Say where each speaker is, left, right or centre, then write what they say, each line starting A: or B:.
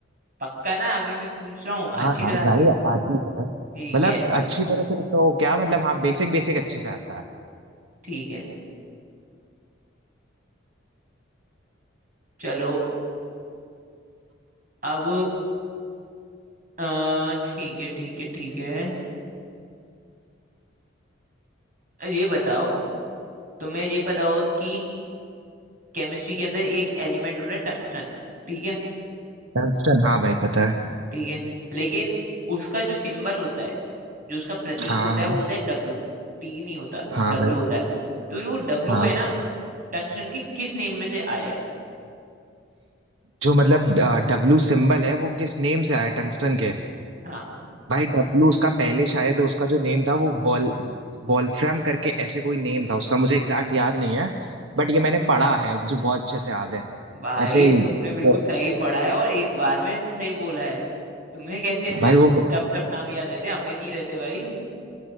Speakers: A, on the right (about 45°); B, on the right (about 75°).
A: पक्का ना अभी भी पूछ रहा हूँ
B: हाँ
A: अच्छी
B: हाँ
A: तरह आती
B: भाई
A: है
B: आती है
A: ठीक
B: मतलब
A: है
B: अच्छी तरह से तो क्या मतलब हाँ बेसिक बेसिक अच्छे से आता है
A: ठीक है चलो अब अ, ठीक है ठीक है ठीक है ये बताओ तुम्हें ये पता होगा कि केमिस्ट्री के अंदर एक एलिमेंट होता है टंगस्टन ठीक है
B: टंगस्टन हाँ भाई पता है
A: ठीक है लेकिन उसका जो सिंबल होता है जो उसका प्रतीक
B: हाँ
A: होता
B: हाँ
A: है वो होता है डब्लू टी नहीं होता
B: हाँ
A: डब्लू
B: भाई
A: होता है तो जो डब्लू
B: हाँ
A: है ना टंक्शन के किस नेम में से आया है
B: जो मतलब डब्लू सिंबल है वो किस नेम से आया टंगस्टन के
A: हाँ
B: भाई डब्लू उसका पहले शायद उसका जो नेम था वो वॉल वॉल्फ्राम करके ऐसे कोई नेम था उसका मुझे एग्जैक्ट याद नहीं है बट ये मैंने पढ़ा है मुझे बहुत अच्छे से याद है
A: भाई
B: ऐसे ही
A: तुमने बिल्कुल
B: वो
A: सही पढ़ा है और एक बार में सही बोला है तुम्हें कैसे इतने
B: भाई वो
A: टफ टफ नाम याद रहते हैं? हमें नहीं रहते भाई